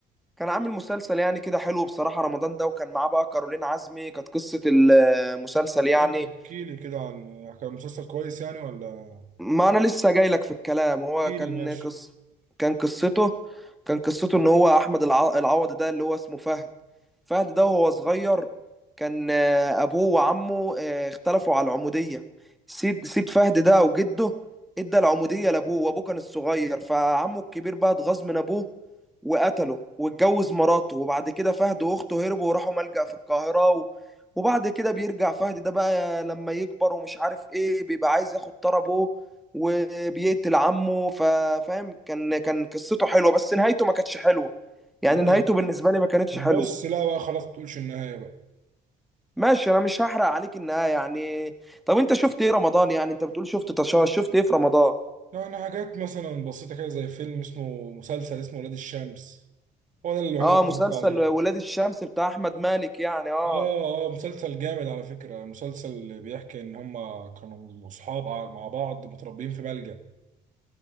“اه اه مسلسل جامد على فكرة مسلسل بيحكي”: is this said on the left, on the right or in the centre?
Right